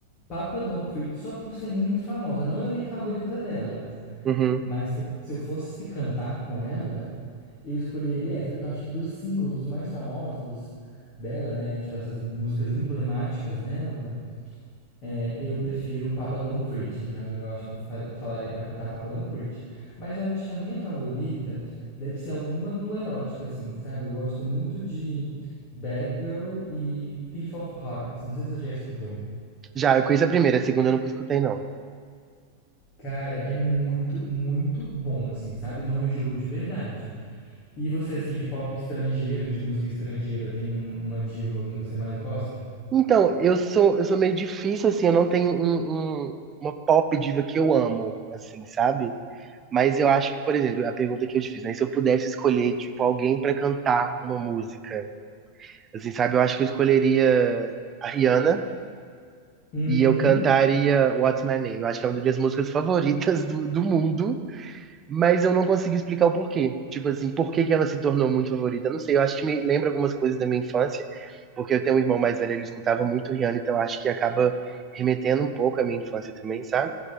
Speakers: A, on the left (about 40°); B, on the right (about 25°).
A: Papa Don't Preach só por ser muito famosa. Não é a minha favorita dela,
B: Uhum.
A: mas se eu, se eu fosse cantar com ela, eu escolheria essa, porque eu acho que dos singles mais famosos dela, né, tipo essas músicas emblemáticas dela, é, eu prefiro Papa Don't Preach. Então eu acho que eu far- falaria pra cantar Papa Don't Preach. Mas eu acho que a minha favorita deve ser alguma do erótica, assim, sabe? Eu gosto muito de Bad Girl e Thief of Hearts. Não sei se você já escutou.
B: Já, eu conheço a primeira, a segunda eu nunca escutei, não.
A: Cara, é muito, muito bom, assim, sabe? Não enjoo de verdade. E você, assim, de pop estrangeiro, de música estrangeira, tem um- uma diva que você mais gosta?
B: Então, eu sou, eu sou meio difícil, assim, eu não tenho um, um- uma pop diva que eu amo, assim, sabe? Mas eu acho que, por exemplo, a pergunta que eu te fiz, né? Se eu pudesse escolher, tipo, alguém pra cantar uma música, assim, sabe? Eu acho que eu escolheria a Rihanna
A: Hum,
B: e eu cantaria What's My Name. Eu acho que é uma das minhas músicas favoritas do, do mundo. Mas eu não consegui explicar o porquê. Tipo assim, por que que ela se tornou muito favorita? Eu não sei, eu acho que me lembra algumas coisas da minha infância, porque eu tenho um irmão mais velho, ele escutava muito Rihanna, então eu acho que acaba remetendo um pouco à minha infância também, sabe?